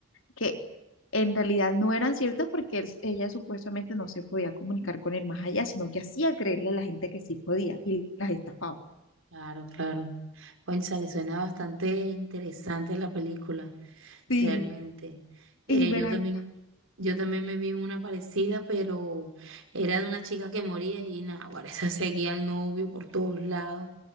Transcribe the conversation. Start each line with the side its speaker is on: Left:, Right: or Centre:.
Left: que en realidad no eran ciertas porque él- ella supuestamente no se podía comunicar con el más allá, sino que hacía creerle a la gente que sí podía y las estafaba.
Right: Claro, claro. Cónchale, suena bastante interesante la película,
Left: Sí,
Right: realmente. Eh,
Left: y ven
Right: yo
Left: acá.
Right: también, yo también me vi una parecida, pero era de una chica que moría y nada, ahora <laughs> esa seguía al novio por todos lados,